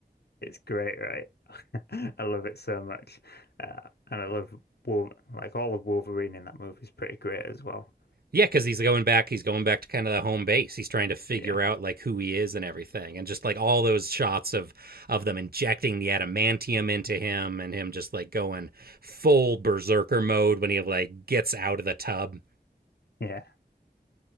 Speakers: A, on the left (about 75°); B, on the right (about 65°).
A: it's great, right? <laughs> I love it so much. Uh, and I love Wolf like all of Wolverine in that movie is pretty great as well.
B: Yeah, cuz he's going back, he's going back to kind of the home base. He's trying to figure
A: Yeah,
B: out like who he is and everything. And just like all those shots of of them injecting the adamantium into him and him just like going full berserker mode when he like gets out of the tub
A: yeah.